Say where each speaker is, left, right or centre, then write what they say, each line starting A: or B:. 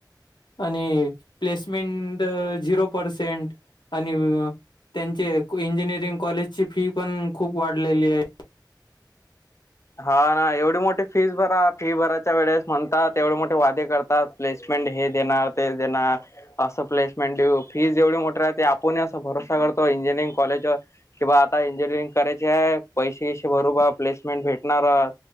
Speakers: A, on the left; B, on the left.
A: आणि प्लेसमेंट झिरो पर्सेंट. आणि वीऊअ त्यांचे क्वी इंजिनिअरिंग कॉलेजची फी पण खूप वाढलेली आहे.
B: हाव ना, एवढी मोठी फीज भरा, फी भराच्या वेळेस म्हणतात एवढे मोठे वादे कर आता प्लेसमेंट हे देणार, ते देणार. असं प्लेसमेंट देऊ, फीज एवढी मोठी राहते, आपुण ही असं भरोसा करतो इंजिनिअरिंग कॉलेजवर. की बा, आता इंजिनिअरिंग करायची हाय, पैसे गिसे भरू बा, प्लेसमेंट भेट णारा